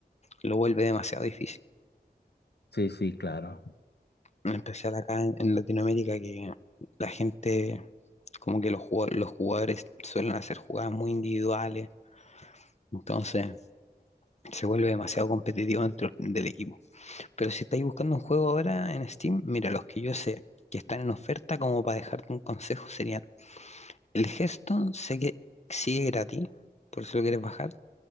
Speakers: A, on the left; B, on the left.
A: lo vuelve demasiado difícil.
B: Sí, sí, claro.
A: En especial acá en, en Latinoamérica, que la gente, como que los, jugua- los jugadores suelen hacer jugadas muy individuales, entonces se vuelve demasiado competitivo dentro del equipo. Pero si estáis buscando un juego ahora en Steam, mira, los que yo sé que están en oferta, como para dejarte un consejo, serían el Hearthstone, sé que sigue gratis, por eso lo quieres bajar.